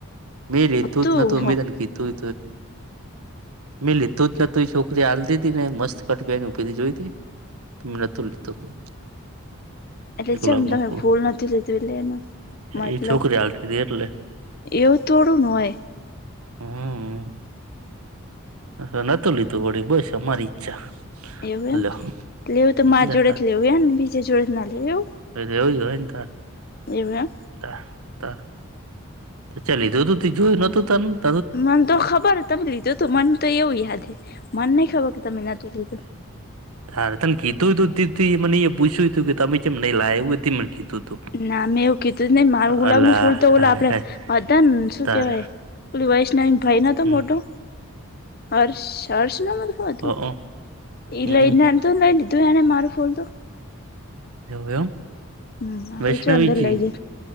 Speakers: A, on the right (about 85°); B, on the left (about 45°).
A: મેં લીધું
B: હતું
A: જ નતું
B: હ
A: મે તને કીધું મેં લીધું જ નતું છોકરી આલતી ને મસ્ત કટ પેરીને જોઈ તી? મે નોતું લીધું.
B: એટલે
A: ગુલાબ
B: ચમ
A: નું
B: તમે
A: ફૂલ.
B: નથી લીધું એટલે એનું મતલબ
A: એ છોકરી આલતી તી એટલે.
B: એવું તોડું ન હોય.
A: હમ. હ નતું લીધું વળી બસ અમારી ઈચ્છા.
B: એવું એમ
A: લ્યો
B: લેવું તો
A: જતા
B: માર જોડે જ લેવું એ ને બીજે જોડે જ ના લેવ એવું.
A: એ એવુંજ હો એ તાર.
B: એવું એમ.
A: <inaudible> ચ લીધુંધું <unintelligible>
B: મને તો ખબર તમે લીધું તું મન તો એવું યાદ હે. મને નહી ખબર કે તમે નતું લીધું.
A: હર તને કીધુંતું મને એ પૂછ્યું તું કે તમે ચેમ નહી લાયા એવું તે મને કીધું તું.
B: ના મેં એવું કીધું જ નહી. મારું ગુલાબ
A: અલા
B: નું ફૂલ તો
A: હાય
B: ઓલો આપડે
A: હાય
B: હતાને શું
A: તાર
B: કેવાય? પલી વાઈસના ભાઈ ન હતો
A: હમ
B: મોટો. હર્ષ હર્ષ નામ હતું કે શું હતુ.
A: અ
B: એઈ
A: હમ
B: લઈને ને તો લઈ લીધું એને મારું ફૂલ તો.
A: એવુ એમ.
B: હમ આપડે
A: વૈષ્ણવીજી
B: ચ અંદર લઇ જય.